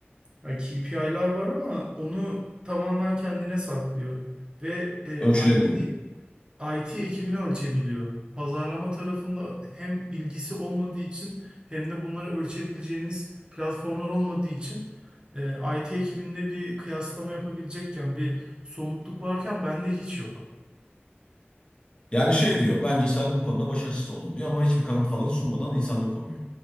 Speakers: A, on the right; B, on the left.
A: Ya KPI'lar var ama onu tamamen kendine saklıyor. Ve e,
B: Ölçülemiyor.
A: IT IT ekibini ölçebiliyor. Pazarlama tarafında hem bilgisi olmadığı için hem de bunları ölçebileceğimiz platformlar olmadığı için e, IT ekibinde bir kıyaslama yapabilecekken bir somutluk varken bende hiç yok.
B: Yani şey diyor bence sen bu konuda başarısız oldun diyor ama hiçbir kanıt falan sunmadan insanları kovuyor.